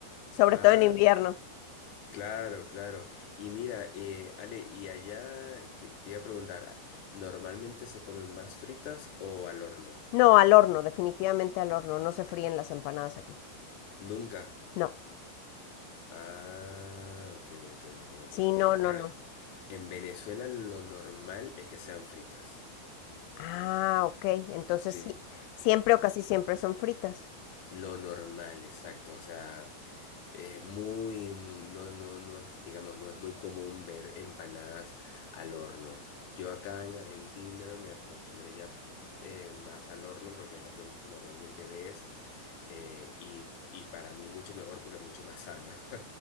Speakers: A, on the left (about 85°); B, on the left (about 65°).
A: sobre
B: Ah,
A: todo en invierno.
B: Claro, claro. Y mira, eh, Ale, y allá que te iba a preguntar, ah, ¿normalmente se comen más fritas o al horno?
A: No, al horno, definitivamente al horno, no se fríen las empanadas aquí.
B: Nunca.
A: No.
B: Ah, ok, ok, ok, ok.
A: Sí, no, no,
B: Bueno,
A: no.
B: en Venezuela lo normal es que sean fritas.
A: Ah, ok. Entonces
B: Sí.
A: sí, siempre o casi siempre son fritas.
B: Lo normal, exacto. O sea, es muy, no, no, no es, digamos, no es muy común ver empanadas al horno. Yo acá en Argentina me acostumbré ya eh, más al horno porque es lo que normalmente ves eh, y, y para mí mucho mejor porque es mucho más sano. <laughs>